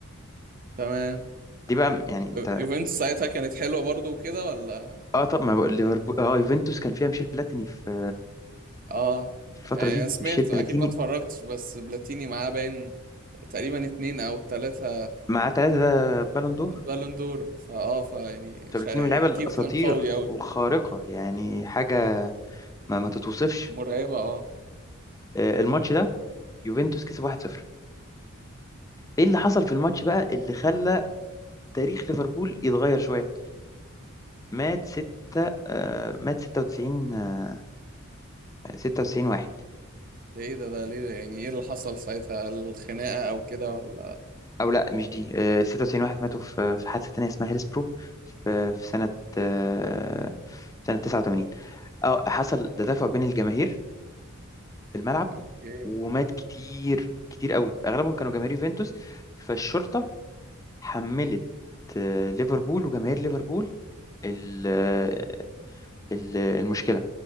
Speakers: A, on the right; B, on the left.
A: تمام
B: دي بقى يعني انت
A: يوفنتوس ساعتها كانت حلوة برضو وكده ولا
B: اه طب ما بقول ليفربول اه يوفنتوس كان فيها ميشيل بلاتيني في
A: اه
B: في الفترة
A: يعني
B: دي
A: انا سمعت
B: ميشيل بلاتيني
A: اكيد ما اتفرجتش بس بلاتيني معاه باين تقريبا اتنين او تلاتة
B: معاه ثلاثة ده بالون دور
A: بالون دور فاه فيعني
B: فبلاتيني
A: شا- يعني
B: من اللعيبة الأساطير
A: اكيد كان قوي اوي
B: والخارقة يعني حاجة ما, ما تتوصفش
A: مرعبة اه
B: آه، الماتش ده يوفنتوس كسب 1-0 ايه اللي حصل في الماتش بقى اللي خلى تاريخ ليفربول يتغير شويه مات 6 آه مات 96 آه 96 واحد
A: ده ايه ده ده ليه يعني ايه اللي حصل ساعتها الخناقة او كده ولا
B: او لا مش
A: ولا
B: دي آه 96 واحد ماتوا في في حادثه تانيه اسمها هيلسبرو في في سنه آه سنه 89 اه حصل
A: مم.
B: تدافع بين الجماهير في الملعب
A: اوكي
B: ومات كتير كتير قوي اغلبهم كانوا جماهير يوفنتوس فالشرطه حملت آه ليفربول وجماهير ليفربول ال- آه، ال- المشكله